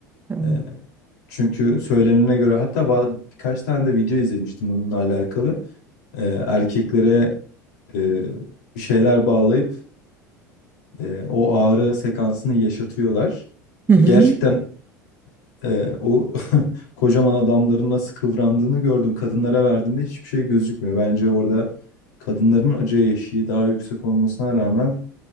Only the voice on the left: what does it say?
E, çünkü söylenene göre hatta ba- birkaç tane de video izlemiştim bununla alakalı. E, erkeklere e, bir şeyler bağlayıp e, o ağrı sekansını yaşatıyorlar.
Ve
gerçekten e, o <laughs> kocaman adamların nasıl kıvrandığını gördüm. Kadınlara verdiğinde hiçbir şey gözükmüyor. Bence orada kadınların acı eşiği daha yüksek olmasına rağmen